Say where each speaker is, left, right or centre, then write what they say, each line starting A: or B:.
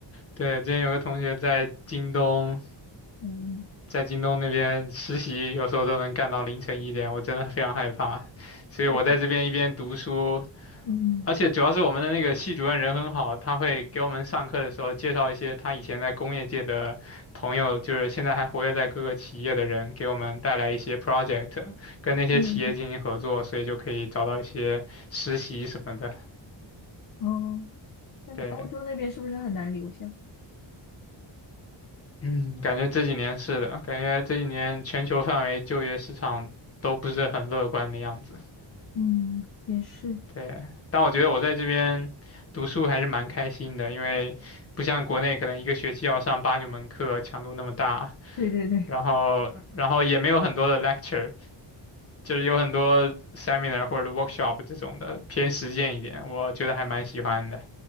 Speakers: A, on the left; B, on the left.
A: 对，之前有个同学在京东。
B: 嗯，
A: 在京东那边实习，有时候都能干到凌晨一点，我真的非常害怕。所以我在这边一边读书，
B: 我嗯
A: 而且主要是我们的那个系主任人很好，他会给我们上课的时候介绍一些他以前在工业界的朋友，就是现在还活跃在各个企业的人，给我们带来一些 project，跟那些企业进行合作，
B: 嗯
A: 所以就可以找到一些实习什么的。
B: 哦。嗯那欧洲那边是不是很难留下？
A: 对，嗯，感觉这几年是的，感觉这几年全球范围就业市场都不是很乐观的样子。
B: 嗯，也是。
A: 对，但我觉得我在这边读书还是蛮开心的，因为不像国内可能一个学期要上八九门课，强度那么大，
B: 对对对，
A: 然后然后也没有很多的 lecture，就是有很多 seminar 或者 workshop 这种的，偏实践一点，我觉得还蛮喜欢的。